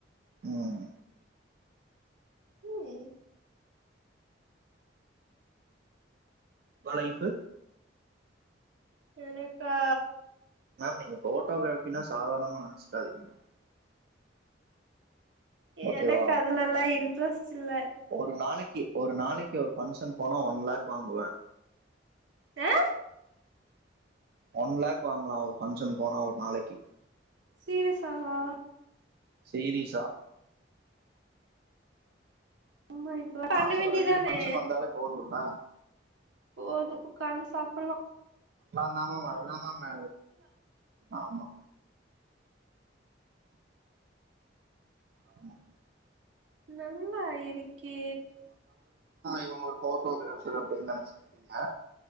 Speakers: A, on the right (about 55°); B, on the right (about 85°).
A: ஹ்ம்
B: உம்
A: வளையுது
B: எனக்கா
A: மேம் நீங்க போட்டோகிராபினா சாதாரணமா நினைச்சுக்காதீங்க ஓகேவா
B: எனக்கு அதுல எல்லாம் இன்ட்ரெஸ்ட் இல்ல
A: ஒரு நாளைக்கு ஒரு நாளைக்கு ஒரு பங்க்ஷன் போனா ஒன் லேக் வாங்குவேன்
B: ஏஹ.
A: ஒன் லேக் வாங்கலாம் ஒரு பங்க்ஷன் போனா ஒரு நாளைக்கு
B: சீரியஸாவா
A: சீரியஸா
B: ஓ மை காட் பண்ண
A: மாசம்
B: வேண்டியதானே
A: ஒரு ரெண்டு பஃபங்க்ஷன் வந்தாலே போதும்ல
B: போது உட்கார்ந்து சாப்பிடுலாம்
A: ஆஹ ஆாமமா ஆாமமா ஆமா ஆமா.
B: நல்லா இருக்கே
A: இவன் ஒரு போட்டோகிராஃபர் அப்படின்னு நினைச்சிட்டு இருப்பீங்க